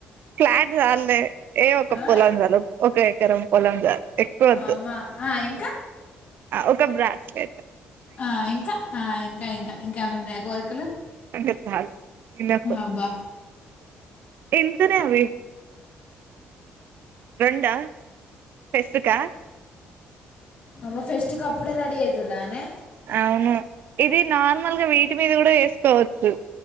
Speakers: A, on the right; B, on the left.
A: ఫ్లాట్ జాల్లే ఏ ఒక
B: ఆ?
A: పొలం చాలు ఒక ఎకరం పొలం చాలు ఎక్కువద్దు
B: అమ్మా ఆయి
A: ఒక బ్రేస్ లెట్
B: ఆ ఇంక ఆ ఇంక ఇంక ఇంక ఏవన్నా ఉన్నాయ కోరికలు
A: ఇంక చాలు ఇనప్
B: అబ్బా
A: ఎంతనేఅవి రొండా ఫెస్ట్కా
B: అబ్బ ఫెస్ట్ కప్పుడే రెడి అయితుర్ ఆనే
A: అవును ఇది నార్మల్గా వీటి మీద కూడా ఏసుకోవచ్చు.